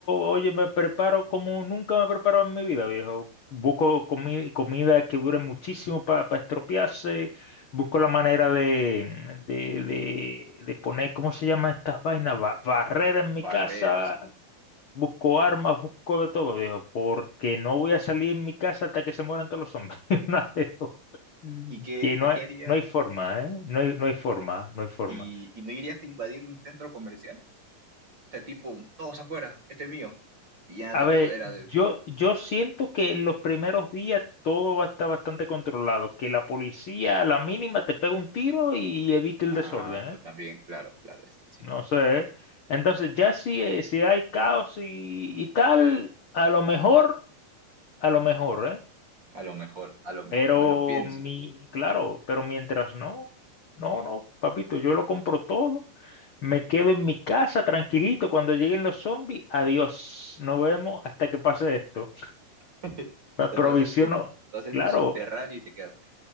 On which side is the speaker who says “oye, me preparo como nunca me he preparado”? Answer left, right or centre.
Left